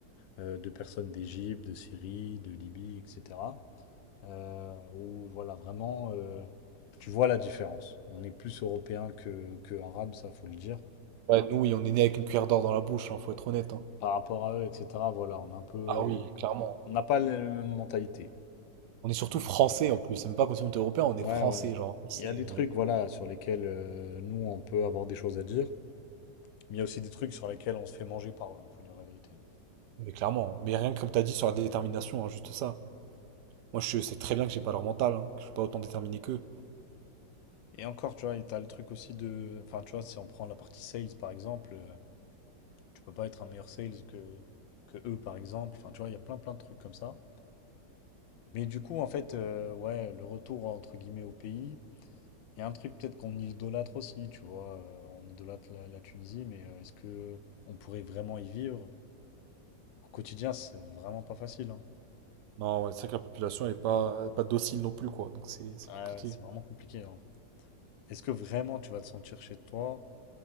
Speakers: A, on the left; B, on the right.
A: euh, de personnes d'Égypte, de Syrie, de Libye, etc. euh, où, voilà, vraiment, euh, tu vois la différence. On est plus européen que, que arabe, ça, faut le dire.
B: Ouais, nous, oui, on est né avec une cuillère d'or dans la bouche, hein, faut être honnête, hein.
A: Par rapport à eux, etc., voilà, on a un peu...
B: Ah oui, clairement.
A: On n'a pas la même mentalité.
B: On est surtout français en plus. C'est même pas comme si on était européen, on
A: Ouais,
B: est français,
A: ouais.
B: genre. C'est,
A: Il y a des trucs,
B: euh,
A: voilà, sur lesquels euh, nous, on peut avoir des choses à dire. Mais il y a aussi des trucs sur lesquels on se fait manger par eux, hein, faut dire la vérité.
B: Mais clairement. Mais rien que comme t'as dit sur la détermination, hein, juste ça. Moi, je sais très bien que j'ai pas leur mental, hein, que je suis pas autant déterminé qu'eux.
A: Et encore, tu vois, et t'as le truc aussi de. Enfin, tu vois, si on prend la partie sales par exemple, euh, tu peux pas être un meilleur sales que, que eux par exemple. Enfin, tu vois, il y a plein plein de trucs comme ça. Mais du coup, en fait, euh, ouais, le retour entre guillemets au pays, il y a un truc peut-être qu'on idolâtre aussi, tu vois. euh, on idolâtre la, la Tunisie, mais euh, est-ce que on pourrait vraiment y vivre? Au quotidien, c'est vraiment pas facile. hein.
B: Non, ouais, c'est vrai que la population, elle est pas, elle est pas docile non plus, quoi. Donc c'est c'est
A: Ouais,
B: compliqué.
A: ouais, c'est vraiment compliqué. hein. Est-ce que vraiment tu vas te sentir chez toi?